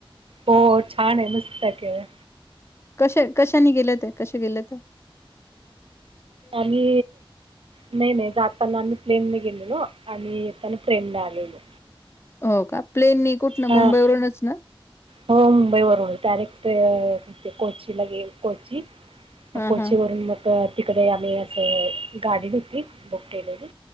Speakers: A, on the right; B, on the left.
A: हो छान आहे, मस्त आहे केरळ.
B: कसे, कशाने गेले होते? कसे गेले होते?
A: आम्ही नाही नाही जाताना आम्ही प्लेन ने गेलेलो आणि येताना ट्रेनने आलेलो.
B: हो का प्लेननी कुठन
A: हां
B: मुंबईवरूनच ना?
A: हो मुंबईवरून डायरेक्ट ते कोचीला गेलो कोची
B: हां,
A: कोचीवरून
B: हां.
A: मग तिकडे आम्ही असं गाडी घेतली बुक केलेली.